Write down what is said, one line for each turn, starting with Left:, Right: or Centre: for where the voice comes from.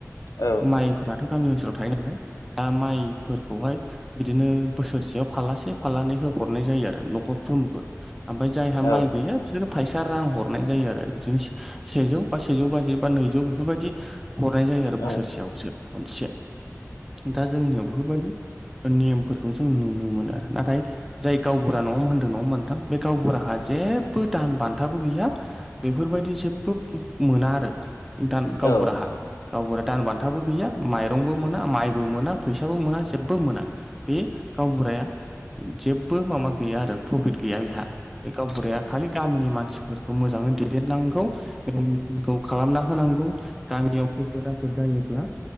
Left: औ नोंथां
Centre: माइफोराथ' गामि ओनसोलाव थायो नालाय। दा माइफोरखौहाय बिदिनो बोसोरसेयाव फालासे फाल्लानै होफर नाय जायो आरो न'खरफ्रोमबो ओमफाय जायहा माइ
Left: औ
Centre: गैया बिसोरो फैसा रां हरनाय जायो आरो बिदिनो सेजौ बा सेजौ बाजि बा नैजौ बेफोरबायदि हरनाय जायो
Left: नोंथां
Centre: आरो बोसोरसेयावसो मोननसे दा जोंनियाव बेफोरबायदि नेमफोरखौ जों नुनो मोनो आरो नाथाय जाय गावबुरा नङा होनदों नङा होनबा नोंथां बे गावबुराहा जेबो दान बान्थाबो गैया बेफोरबायदि जेबो मोना आरो दान गावबुराहा
Left: औ नोंथां
Centre: गावबुरा दान बान्थाबो गैया माइरंबो मोना माइबो मोना फैसाबो मोना जेबो मोना बे गावबुराया जेबो माबा गैया आरो प्रफिट गैया बेहा बे गावबुराया खालि
Left: औ
Centre: गामिनि मानसिफोरखौ मोजाङै दैेदेननांगौ मेल मिथिंखौ खालामना होनांगौ गामियाव खैफोद आफोद जायोब्ला